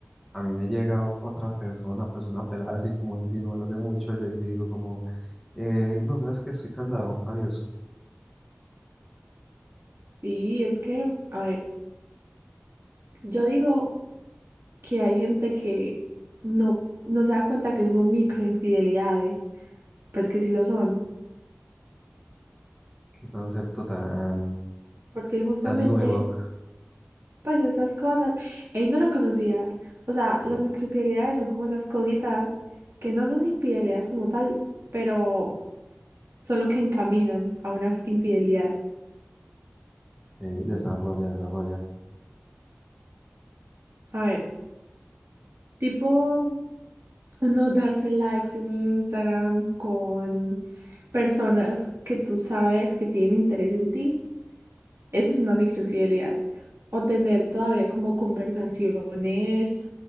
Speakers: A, in the centre; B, on the right.
A: a mí me llega otra persona, pues una pelada así como a insinuarse mucho, yo ahí sí digo como, eh, no, sabes que estoy cansado, adiós.
B: Sí, es que, a ver, yo digo que hay gente que no, no se da cuenta que eso son microinfidelidades, pues que sí lo son,
A: Qué concepto tan,
B: porque justamente,
A: tan nuevo.
B: pues esas cosas, él no lo conocía. O sea, las
A: No,
B: microinfidelidades son como esas cositas que no son infidelidades como tal, pero son lo que encaminan a una infidelidad.
A: eh, desarrolla, desarrolla.
B: A ver, tipo uno darse likes en Instagram con personas que tú sabes que tienen interés en ti, eso es una microinfidelidad. O tener todavía como conversaciones